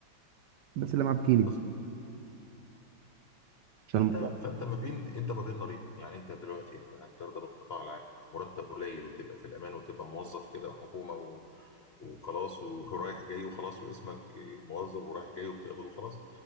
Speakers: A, on the right; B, on the left.
A: بس اللي معاه بكيني
B: طبعا
A: عشان
B: فانت
A: الموضوع
B: فانت ما بين انت ما بين نارين يعني انت دلوقتي انت هل ترضى بالقطاع العام مرتب قليل وتبقى في الامان وتبقى موظف كده حكومه و... وخلاص ورايح جاي وخلاص واسمك موظف ورايح جاي وبتقبض وخلاص